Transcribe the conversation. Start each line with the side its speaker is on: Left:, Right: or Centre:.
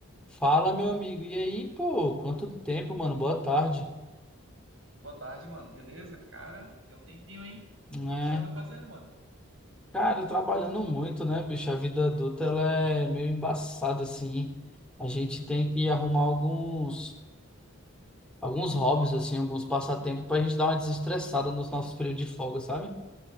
Centre: Fala, meu amigo. E aí, pô, quanto tempo, mano? Boa tarde,
Right: Boa tarde, mano. Beleza? Cara, tem um tempinho, hein?
Centre: né?
Right: O que que você anda fazendo, mano?
Centre: Cara, trabalhando muito, né, bicho? A vida adulta, ela é meio embaçada, assim. A gente tem que arrumar alguns, alguns hobbies, assim, alguns passatempos pra gente dar uma desestressada nos nossos períodos de folga, sabe?